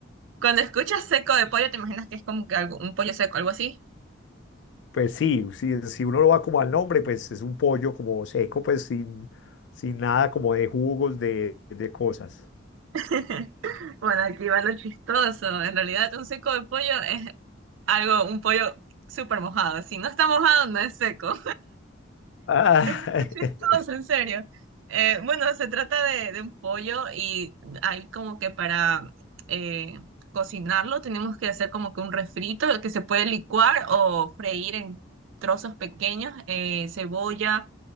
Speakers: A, on the right (about 80°); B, on the left (about 65°).
A: cuando escuchas seco de pollo, te imaginas que es como que algo, un pollo seco, algo así.
B: Pues sí, si, si uno lo va como al nombre, pues es un pollo como seco, pues sin, sin nada como de jugos, de, de cosas.
A: <laughs> Bueno, aquí va lo chistoso. En realidad, un seco de pollo es algo, un pollo súper mojado. Si no está mojado, no es seco.
B: Ah,
A: Es súper
B: <laughs>
A: chistoso, en serio. Eh, bueno, se trata de, de un pollo y hay como que para eh, cocinarlo tenemos que hacer como que un refrito que se puede licuar o freír en trozos pequeños, eh, cebolla,